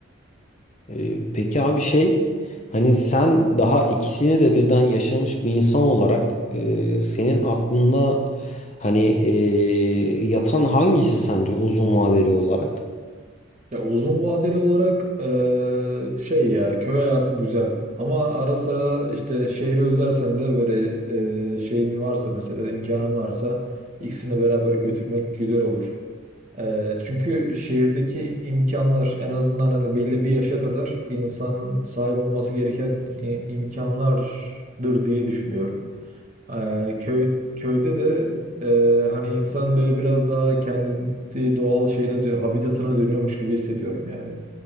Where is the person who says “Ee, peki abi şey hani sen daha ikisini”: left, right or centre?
Left